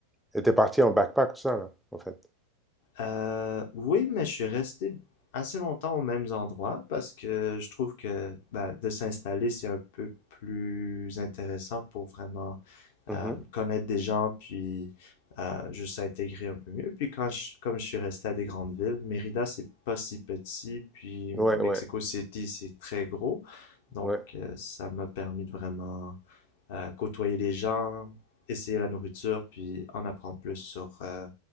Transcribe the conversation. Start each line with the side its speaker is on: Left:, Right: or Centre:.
Centre: Et t'es parti en backpack, tout ça, là, en fait.
Left: Euh, oui, mais je suis resté assez longtemps aux mêmes endroits parce que je trouve que ben, de s'installer, c'est un peu plus intéressant pour vraiment
Centre: Mhm.
Left: euh, connaître des gens, puis euh, juste intégrer un peu mieux. Puis quand je, comme je suis resté à des grandes villes, Mérida, c'est pas si petit, puis
Centre: Ouais,
Left: Mexico
Centre: ouais,
Left: City, c'est très gros. Donc,
Centre: ouais.
Left: euh, ça m'a permis de vraiment euh, côtoyer les gens, essayer la nourriture, puis en apprendre plus sur, euh,